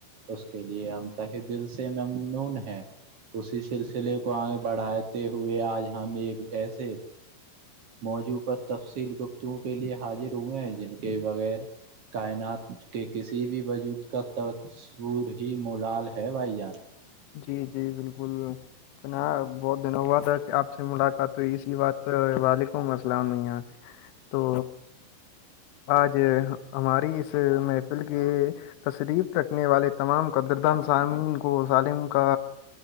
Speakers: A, on the right; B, on the left.
A: اس کے لیے ہم تہ دل سے ممنون ہیں اسی سلسلے کو آگے بڑھاتے ہوئے آج ہم ایک جسے موجوع پر تفصیل گپتوں کے لیے حاضر ہوئے ہیں جن کے بغیر کائنات کے کسی بھی وجود کا تصور ہی مولال ہے بھائی جان
B: جی جی بالکل انا بہت دنوں ہوا تھا آپ سے ملاقات ہوئی اسی بات پر وعلیکم السلامں تو آج ہماری اس محفل کی تشریف رکھنے والے تمام قدردان سامین کو سالم کا